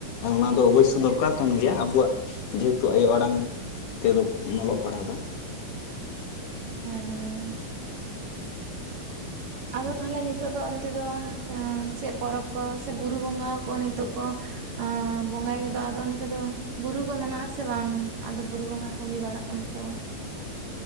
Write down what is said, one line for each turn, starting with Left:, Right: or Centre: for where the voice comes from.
Left: ᱚᱱᱟ ᱫᱚ ᱚᱵᱚᱭᱥᱳ ᱫᱚᱨᱠᱟᱨ ᱠᱟᱱ ᱜᱮᱭᱟ ᱟᱵᱚᱣᱟᱜ ᱡᱮ ᱦᱮᱛᱩ ᱟᱭᱳ ᱟᱲᱟᱝ ᱛᱮᱫᱚ ᱚᱞᱚᱜ ᱯᱟᱲᱦᱟᱣ ᱫᱚ
Right: ᱦᱮᱸ
Left: <unintelligible>
Right: ᱟᱫᱚ ᱛᱟᱦᱚᱞᱮ ᱱᱤᱛᱚᱜ ᱫᱚ ᱚᱱᱛᱮ ᱫᱚ ᱪᱮᱫ ᱯᱚᱨᱚᱵᱽ ᱠᱚ ᱥᱮ ᱵᱩᱨᱩ ᱵᱚᱸᱜᱟ ᱠᱚ ᱱᱤᱛᱚᱜ ᱫᱚ ᱵᱚᱸᱜᱟᱭ ᱜᱮᱫᱚ ᱟᱫᱚ ᱚᱱᱛᱮ ᱫᱚ ᱵᱩᱨᱩ ᱠᱚ ᱢᱮᱱᱟᱜ ᱟᱥᱮ ᱵᱟᱝ ᱟᱫᱚ ᱵᱩᱨᱩ ᱵᱚᱸᱜᱟ ᱠᱚ ᱦᱩᱭ ᱵᱟᱲᱟᱜ ᱚᱱᱟ ᱥᱟᱶ